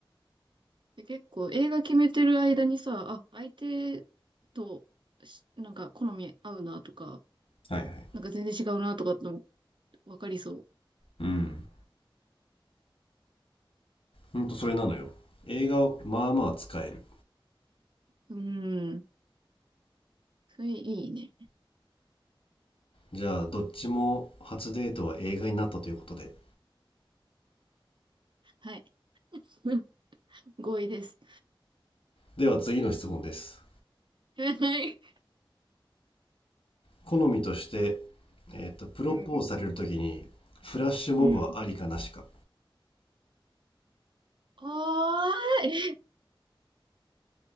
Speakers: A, on the right; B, on the left.
A: で、結構映画決めてる間にさ、あ、相手とし、なんか好み合うなとか、
B: はいはい。
A: なんか全然違うなとかっての分かりそ
B: うん。ほんとそれなのよ。映画をまあまあ使える。
A: う。うん。それいいね。
B: じゃあどっちも初デートは映画になったということで
A: はい。<laughs> 合意です。
B: では次の質問です
A: <laughs> はい。
B: 好みとして、えーとプロポーズされるときにフラッシュモブはありかなしか
A: うん。うん。あいえ、